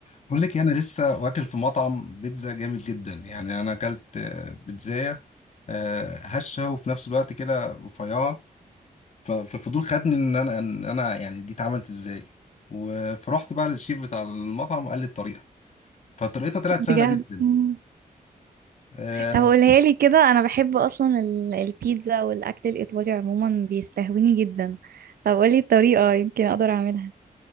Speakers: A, on the left; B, on the right.
A: بقول لك إيه، انا لسه واكل في مطعم بيتزا جامد جدا يعني انا اكلت آه، بيتزايه آه، هشه وفي نفس الوقت كده رفيعه ف- فالفضول خدني ان انا ان انا يعني دي اتعملت ازاي و- فرحت بقى للشيف بتاع المطعم وقال لي الطريقه فطريقتها طلعت
B: بجد
A: سهله جدا
B: مم.
A: آه،
B: طب قولها لي كده انا بحب اصلا ال- البيتزا والاكل الايطالي عموما بيستهويني جدا طب قولي الطريقه يمكن اقدر اعملها